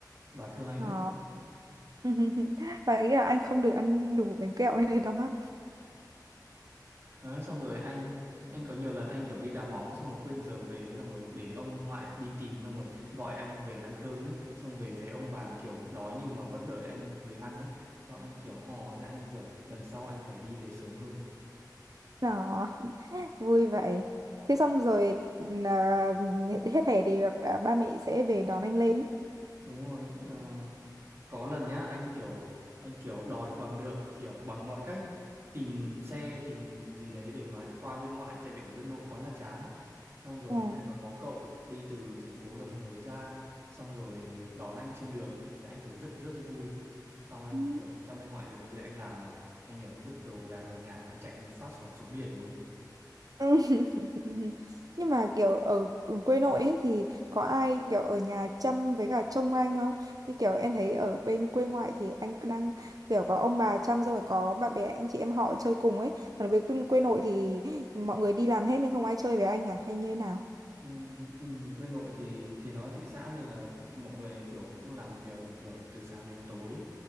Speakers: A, on the right; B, on the right.
A: và thương anh
B: Ờ.
A: lắm
B: <laughs> và nghĩ là anh không được ăn đủ bánh kẹo nên đau mắt
A: Đó, xong rồi anh anh có nhiều lần anh kiểu đi đá bóng xong rồi quên giờ về xong rồi để ông ngoại đi tìm xong rồi gọi anh về ăn cơm ấy xong về thấy ông bà kiểu đói nhưng mà vẫn đợi anh về ăn ấy xong anh kiểu ồ ra anh kiểu lần sau anh phải đi về sớm hơn
B: đó vui vậy thế xong rồi à, hết hè thì ba ba mẹ sẽ về đón anh lên
A: đúng rồi Ờ, có lần nhá anh kiểu anh kiểu đòi bằng được kiểu bằng mọi cách tìm xe tìm gì đấy để mà qua bên ngoại tại vì ở bên nội quá là chán xong rồi
B: À.
A: may mà có cậu đi từ thành phố Đồng Hới ra xong rồi đón anh trên đường ấy thì anh kiểu rất rất vui xong anh
B: Ừ.
A: kiểu sang bên ngoại việc đầu tiên anh làm là anh kiểu vứt đồ đạc ở nhà anh chạy một phát xỏng xuống biển luôn
B: Ừ. <laughs> nhưng mà kiểu ở quê nội ấy thì có ai kiểu ở nhà chăm với cả trông anh không như kiểu em thấy ở bên quê ngoại thì anh đang kiểu có ông bà chăm xong rồi có bạn bè anh chị em họ chơi cùng ấy còn ở bên quê quê nội thì mọi người đi làm hết nên không ai chơi với anh à hay như thế nào
A: Ừ, ừ, quê nội thì thì nó thị xã nên là cũng, mọi người kiểu cũng làm việc kiểu từ sáng đến tối